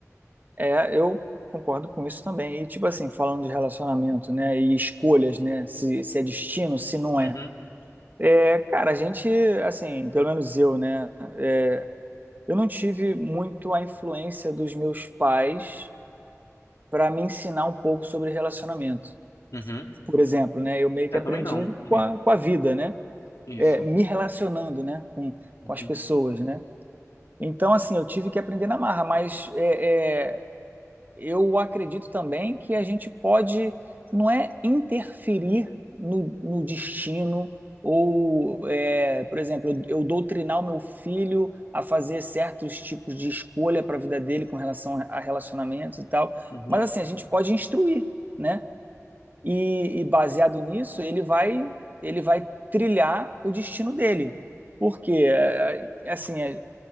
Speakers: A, on the right; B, on the left.
A: É, eu concordo com isso também. E, tipo assim, falando de relacionamento, né, e escolhas, né, se, se é destino, se não
B: Uhum,
A: é. É, cara, a gente, assim, pelo menos eu, né, é, eu não tive muito a influência dos meus pais para me ensinar um pouco sobre relacionamento.
B: uhum.
A: Por exemplo, né, eu meio que
B: Eu
A: aprendi
B: também não. Sim,
A: com a, com a vida, né,
B: isso.
A: é, me relacionando, né, com,
B: Uhum,
A: com as pessoas, né. Então, assim, eu tive que aprender na marra, mas é, é, eu acredito também que a gente pode, não é interferir no, no destino, ou, é, por exemplo, eu, eu doutrinar o meu filho a fazer certos tipos de escolha para a vida dele com relação a relacionamentos e tal.
B: uhum,
A: Mas assim, a gente pode instruir, né? E, e baseado nisso, ele vai, ele vai trilhar o destino dele. Porque, é, é, assim, é,